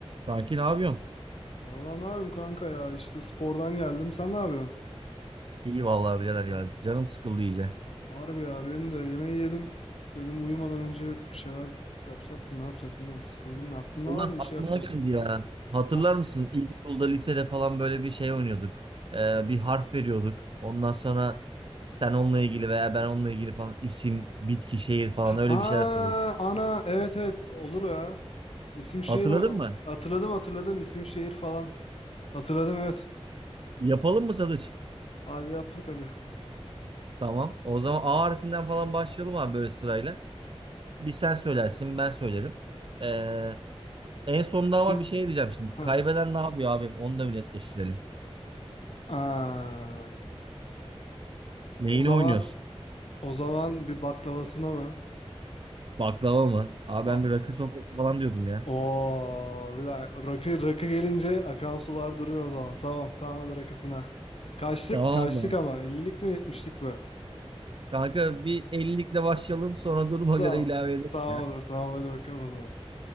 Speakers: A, on the right; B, on the left.
A: Kanki ne yapıyorsun?
B: Valla ne yapayım kanka ya işte spordan geldim. Sen ne yapıyorsun?
A: İyi vallahi birader ya. Canım sıkıldı iyice.
B: Harbi ya benim de yemeği yedim. Dedim uyumadan önce bir şeyler yapsak mı ne yapsak bilmiyorum. Sıkıldım ya. Aklında
A: Ulan
B: var mı bir
A: aklıma
B: şey yapsak?
A: geldi ya. Hatırlar
B: Hah.
A: mısın? İlkokulda, lisede falan böyle bir şey oynuyorduk. Ee, bir harf veriyorduk. Ondan sonra sen onunla ilgili veya ben onunla ilgili falan isim, bitki, şehir falan öyle
B: Aa,
A: bir şeyler söylüyorduk.
B: ana evet evet olur ya. İsim şehir
A: Hatırladın
B: o-
A: mı?
B: hatırladım hatırladım isim şehir falan. Hatırladım evet.
A: Yapalım mı Sadıç?
B: Hadi yaptık hadi.
A: Tamam. O zaman A harfinden falan başlayalım abi böyle sırayla. Bir sen söylersin, ben söylerim. Ee, en sonunda ama
B: Biz
A: bir şey diyeceğim şimdi.
B: ha.
A: Kaybeden ne yapıyor abi? Onu da bir netleştirelim.
B: Aa,
A: Neyini
B: o zaman
A: oynuyorsun?
B: o zaman bir baklavasına mı?
A: Baklava mı? Abi
B: Bak.
A: ben bir rakı sofrası falan diyordum ya.
B: Oo, bir dakika. Rakı, rakı gelince akan sular duruyor o zaman. Tamam tamam hadi rakısına. Kaçtık
A: Tamam
B: kaçtık
A: o zaman.
B: ama ellilik mi yetmişlik mi?
A: Kanka bir 50'likle başlayalım sonra duruma
B: Tamam.
A: göre ilave ederiz
B: Tamam
A: ya.
B: tamam hadi bakalım o zaman.